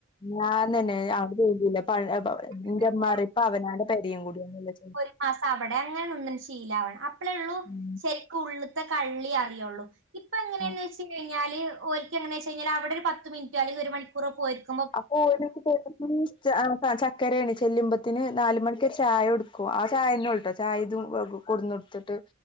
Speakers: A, on the left; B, on the right.
A: ഞാൻ തന്നെ അവടെ <unintelligible> എൻ്റമ്മാറയും
B: എനിക്ക്
A: ഇപ്പ അവനാടെ പേരയും കൂടിയൊന്നില്ലോ ചൊ
B: ആ മാസവടെ അങ്ങനെ നിന്ന് ശീലാ വണം അപ്പളേ ഉള്ളൂ,
A: ഉം
B: ശരിക്ക് ഉള്ളുത്തെ കള്ളി അറിയുള്ളൂ. ഇപ്പൊ എങ്ങനെയന്ന്
A: ആഹ്
B: വെച്ച് കഴിഞ്ഞാൽ ഓൽക്ക് എങ്ങനെവെച്ച കഴിഞ്ഞാൽ അവിടെ ഒരു പത്ത് മിനിറ്റോ അല്ലങ്കി ഒരു മണിക്കൂറോ പോയിരിക്കും.
A: അപ്പൊ ഓല്ക്ക് <unintelligible> ചക്കരയണ് ചെല്ലുമ്പത്തിന് നാല് മണിക്കൊരു ചായ കൊടുക്കും ആ ചായന്നേള്ളൂട്ടോ ചായ ഇതും വകും കൊടുനോടുത് ട്ട്